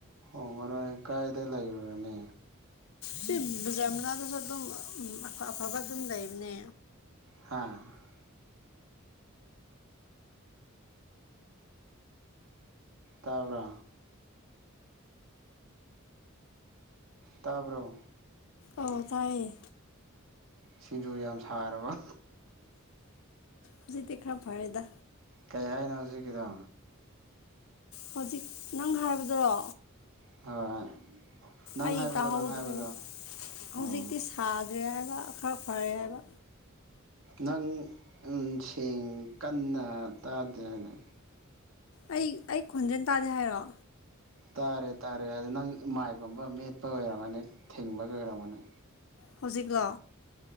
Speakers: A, on the right; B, on the left.
A: ꯍꯣꯡꯉꯔꯣꯏ ꯀꯥꯏꯗ ꯂꯩꯔꯨꯔꯅꯦ
B: ꯁꯤ ꯕꯖꯥꯔ ꯃꯅꯥꯗꯁꯨ ꯑꯗꯨꯝ ꯑꯐ ꯑꯐꯕ ꯑꯗꯨꯝ ꯂꯩꯕꯅꯦ
A: ꯍꯥꯥ <unintelligible> <inaudible> ꯇꯥꯕ꯭ꯔ ꯇꯥꯕ꯭ꯔꯣ
B: ꯑꯣ ꯇꯥꯏꯌꯦ
A: ꯁꯤꯡꯖꯨ ꯌꯥꯝ ꯁꯥꯔꯕ
B: ꯍꯧꯖꯤꯛꯇꯤ ꯈꯔ ꯐꯔꯦꯗ
A: ꯀꯩ ꯍꯥꯏꯅꯣ ꯍꯧꯖꯤꯛꯀꯤꯗ
B: ꯍꯧꯖꯤꯛ ꯅꯪ ꯍꯥꯏꯕꯗꯔꯣ
A: ꯍꯣꯏ ꯅꯪ
B: ꯑꯩ
A: ꯍꯥꯏꯕꯗꯣ
B: ꯇ ꯍꯣꯗꯦ
A: ꯅꯪ ꯍꯥꯏꯕꯗꯣ
B: ꯍꯧꯖꯤꯛꯇꯛꯇ
A: ꯑꯣ
B: ꯁ ꯐꯔꯦ ꯍꯥꯏꯕꯈꯔ ꯐꯔꯦ ꯍꯥꯏꯕ
A: ꯅꯪ ꯁꯦꯡ ꯀꯟꯅ ꯇꯥꯗꯦ ꯍꯥꯏꯅ
B: ꯑꯩ ꯑꯩ ꯈꯣꯟꯖꯦꯜ ꯇꯥꯗꯦ ꯍꯥꯏꯔꯣ
A: ꯇꯥꯔꯦ ꯇꯥꯔꯦ ꯍꯥꯏꯗꯤ ꯅꯪ ꯃꯥꯏꯒꯨꯝꯕ ꯃꯦꯠꯄ ꯑꯣꯏꯔꯝꯒꯅꯤ ꯊꯤꯡꯕꯒꯤ ꯑꯣꯏꯔꯝꯒꯅꯤ
B: ꯍꯧꯖꯤꯛꯀꯣ